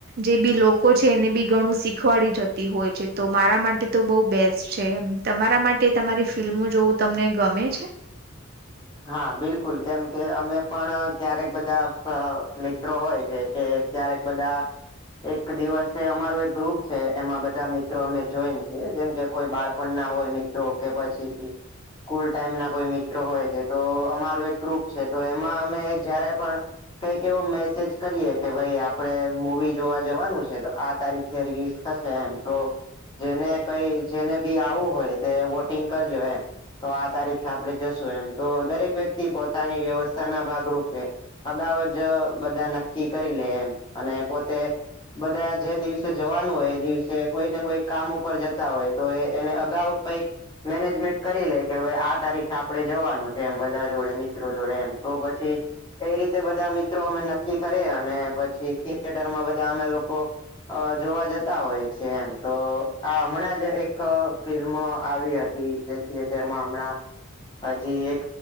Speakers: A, on the right; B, on the left.
A: જે બી લોકો છે એને બી ઘણું શીખવાડી જ તી હોય છે તો મારા માટે તો બહુ બેસ્ટ છે એમ તમારા માટે તમારી ફિલ્મ જોવું તમને ગમે છે?
B: હા બિલકુલ કેમ કે અમે પણ ક્યારેક બધા અ મિત્રો હોય છે કે ક્યારેક બધા એક દિવસે અમારુ એક ગ્રુપ છે એમાં બધા મિત્રો અમે જોઈન છીએ જેમ કે કોઈ બાળપણ ના હોય મિત્રો કે પછી સ્કૂલ ટાઈમ ના કોઈ મિત્રો હોય છે. તો અમારું એક ગ્રુપ છે તો એમાં અમે જયારે પણ કંઈક એવો મેસેજ કરીએ કે ભાઈ આપણે મૂવી જોવા જવાનું છે તો આ તારીખ કે રિલીઝ થશે એમ તો જેને કઈ જેને બી આવવું હોય તે વોટિંગ કરજો એમ તો આ તારીખે આપડે જશું એમ તો દરેક વ્યક્તિ પોતાની વ્યવસ્થાના ભાગરૂપે અગાઉ જ બધા નક્કી કરી લે એમ અને પોતે બધા જે દિવસે જવાનું હોય એ દિવસે કોઈને કોઈ કામ ઉપર જતા હોય તો એ એને અગાઉ કઈક મેનેજમેન્ટ કરી લે કે હવે આ તારીખે આપણે જવાનું છે. એમ બધા જોડે મિત્રો જોડે એમ તો પછી એ રીતે બધા મિત્રો અમે નક્કી કરીએ અને પછી થિયટરમાં બધા અમે લોકો અ જોવા જતા હોય છે એમ તો આ હમણાં જ એક ફિલ્મ આવી હતી જે થયેટરમાં હમણા હજી એક